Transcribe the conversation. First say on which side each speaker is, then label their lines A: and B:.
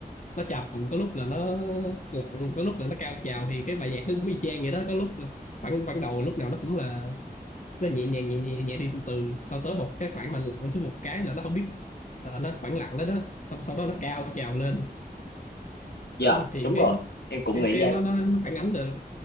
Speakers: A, on the left; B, on the left.
A: nó trầm có lúc là nó lặng có lúc là nó cao trào thì cái bài nhạc nó cũng y chang vậy đó có lúc là khoảng ban đầu lúc nào nó cũng là nó nhẹ nhàng nhẹ nhẹ nhẹ đi từ từ sau tới một cái khoảng mà lặng xuống một cái là nó không biết là nó khoảng lặng đó đó sau sau đó nó cao trào lên
B: dạ
A: thì
B: đúng
A: cái
B: rồi em cũng
A: cái,
B: nghĩ
A: cái
B: vậy
A: nó, nó nó phản ánh được